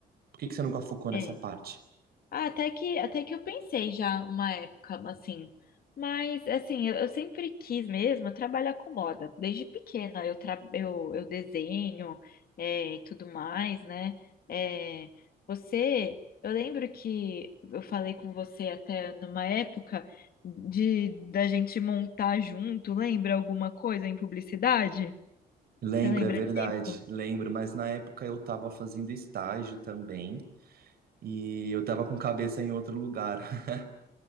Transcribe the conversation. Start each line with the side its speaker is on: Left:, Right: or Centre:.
Right: Por que que você nunca focou nessa
Left: É.
Right: parte?
Left: Ah, até que, até que eu pensei já uma época, assim. Mas, assim, eu, eu sempre quis mesmo trabalhar com moda. Desde pequena eu, tra eu, eu desenho é, e tudo mais, né? É, você, eu lembro que eu falei com você até numa época de da gente montar junto, lembra alguma coisa em publicidade?
Right: Lembro,
Left: Você lembra
Right: é verdade,
Left: disso?
Right: lembro, mas na época eu tava fazendo estágio também e eu tava com cabeça em outro lugar. <laughs>